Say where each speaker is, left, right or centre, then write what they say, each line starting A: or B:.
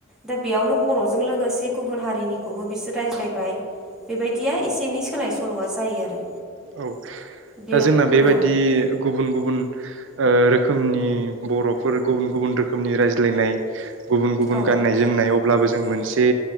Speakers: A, in the centre; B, on the right (about 65°).
A: दा बेयावनो बर'जों लोगोसे गुबुन हारिनिखौबो बिसोर रायज्लायबाय बेबायदिया एसे एनै सोलाय सोल'आ जायो आरो।
B: औ
A: बे
B: दा जोंना
A: औ
B: बेबायदि गुबुन गुबुन ओ रो खोमनि बर'फोर गुबुन-गुबुन रोखोमनि रायज्लायनाय गुबुन गुबुन
A: औ
B: गाननाय जोमनायाव अब्लाबो जों मोनसे